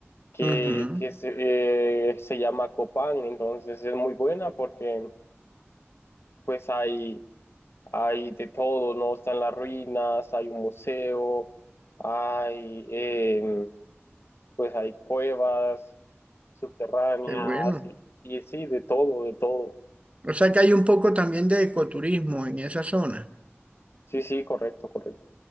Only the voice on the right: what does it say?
ujú,
qué bueno.
O sea que hay un poco también de ecoturismo en esa zona.